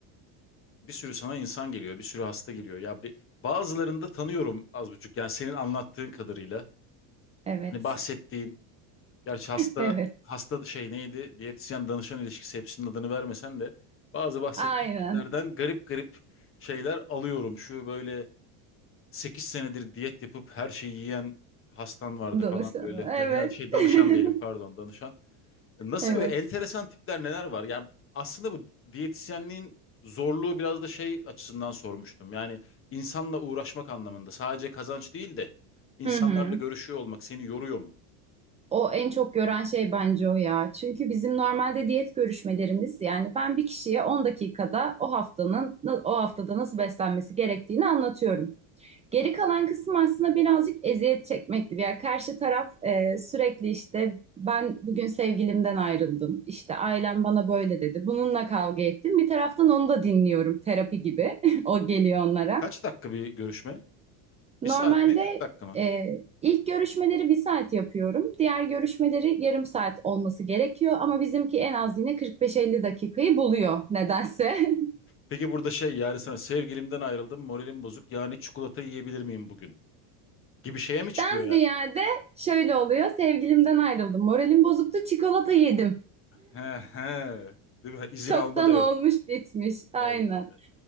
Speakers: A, on the left; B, on the right.
A: bir sürü sana insan geliyor, bir sürü hasta geliyor. Ya bir, bazılarını da tanıyorum az buçuk. Yani senin anlattığın kadarıyla.
B: Evet.
A: Hani bahsettiğin, gerçi hasta
B: Evet.
A: hasta şey neydi? Diyetisyen danışan ilişkisi hepsinin adını vermesen de bazı bahsettiğin
B: Aynen.
A: kişilerden garip garip şeyler alıyorum. Şu böyle 8 senedir diyet yapıp her şeyi yiyen hastan vardı
B: Danışanı.
A: falan böyle.
B: Evet.
A: <laughs> Yani şey danışan
B: <laughs>
A: diyelim pardon danışan. Nasıl
B: Evet.
A: böyle enteresan tipler neler var? Yani aslında bu diyetisyenliğin zorluğu biraz da şey açısından sormuştum. Yani insanla uğraşmak anlamında sadece kazanç değil de insanlarla
B: Hı hı.
A: görüşüyor olmak seni yoruyor mu?
B: O en çok gören şey bence o ya. Çünkü bizim normalde diyet görüşmelerimiz yani ben bir kişiye 10 dakikada o haftanın o haftada nasıl beslenmesi gerektiğini anlatıyorum. Geri kalan kısım aslında birazcık eziyet çekmek gibi. Yani karşı taraf e, sürekli işte ben bugün sevgilimden ayrıldım. İşte ailem bana böyle dedi. Bununla kavga ettim. Bir taraftan onu da dinliyorum terapi gibi. <laughs> O geliyor onlara.
A: Kaç dakika bir görüşme?
B: Normalde
A: Bir saat mi? 40 dakika mı?
B: e, ilk görüşmeleri bir saat yapıyorum. Diğer görüşmeleri yarım saat olması gerekiyor ama bizimki en az yine 45-50 dakikayı buluyor nedense. <laughs>
A: Peki burada şey yani sana sevgilimden ayrıldım, moralim bozuk. Yani çikolata yiyebilir miyim bugün? Gibi şeye mi çıkıyor
B: Den
A: ya?
B: ziyade şöyle oluyor. Sevgilimden ayrıldım. Moralim bozuktu. Çikolata yedim.
A: He he. Değil mi? İzin
B: Çoktan
A: alma da yok.
B: olmuş bitmiş. Aynen.
A: Olmuş evet.